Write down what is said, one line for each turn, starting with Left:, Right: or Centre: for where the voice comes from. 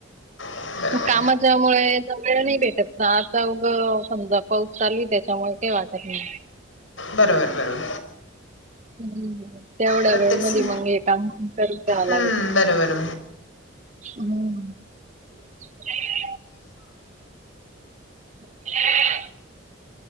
Left: बरोबर
Right: कामाच्यामुळे जवळ नाही भेटत ना आता उघं समजा पाऊस चालू त्याच्यामुळे काही वाटत नाही.
Left: बरोबर-बरोबर.
Right: मधला लिंबू आहे. तेवढा
Left: प्रत्येक
Right: वेळ
Left: सी
Right: मध मग हे काम करून घ्याव
Left: हं,
Right: लागत.
Left: बरोबर
Right: हम्. <inaudible> <unintelligible>